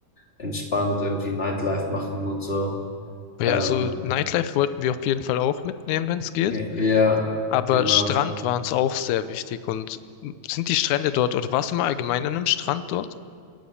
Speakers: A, on the left; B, on the left.
A: entspannt irgendwie Nightlife machen und so.
B: Ja,
A: Ähm,
B: also Nightlife wollten wir auf jeden Fall auch mitnehmen, wenn es geht.
A: äh, ja,
B: Aber
A: genau.
B: Strand war uns auch sehr wichtig. Und sind die Strände dort, oder warst du mal allgemein an einem Strand dort?